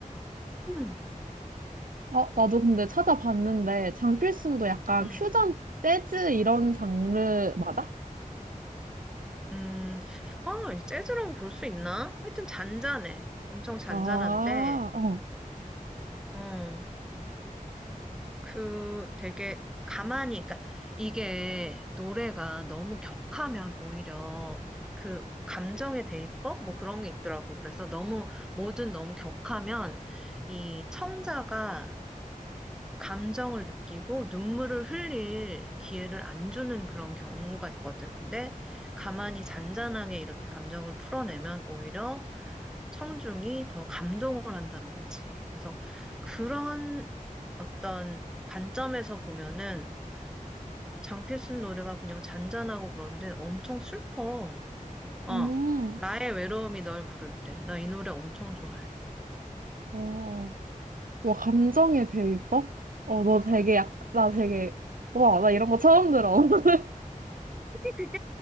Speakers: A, in the centre; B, on the right.
A: 음,
B: 아, 나도 근데 찾아봤는데 장필순도 약간
A: 음,
B: 퓨전 재즈 이런 장르 맞아?
A: 음, 아, 이 재즈라고 볼 수 있나? 하여튼 잔잔해. 엄청 잔잔한데,
B: 아, 어.
A: 어. 그 되게 가만히, 그러니까 이게 노래가 너무 격하면 오히려 그 감정의 대입법? 뭐 그런 게 있더라고. 그래서 너무, 뭐든 너무 격하면 이 청자가 감정을 느끼고 눈물을 흘릴 기회를 안 주는 그런 경우가 있거든. 근데 가만히 잔잔하게 이렇게 감정을 풀어내면 오히려 청중이 더 감동을 한다는 거지. 그래서 그런 어떤 관점에서 보면은 장필순 노래가 그냥 잔잔하고 그런데 엄청 슬퍼. 어,
B: 음.
A: 나의 외로움이 널 부를 때. 나 이 노래 엄청 좋아해.
B: 어. 와, 감정에 대입법? 어, 너 되게 약, 나 되게, 와, 나 이런 거 처음 들어. <laughs>
A: <laughs> 그게,